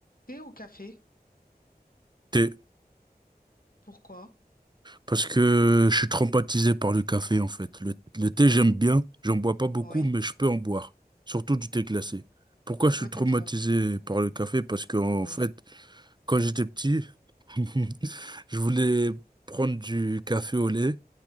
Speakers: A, on the left (about 60°); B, on the right (about 25°).
A: Thé ou café?
B: Thé,
A: Pourquoi?
B: parce que je suis traumatisé par le café en fait. Le, le thé, j'aime bien, j'en bois pas beaucoup,
A: Oui.
B: mais je peux en boire, surtout du thé glacé. Pourquoi
A: Pourquoi
B: je suis traumatisé
A: t'es trop...
B: par le café? Parce que en
A: Oui.
B: fait, quand j'étais petit, <laughs> je voulais prendre du café au lait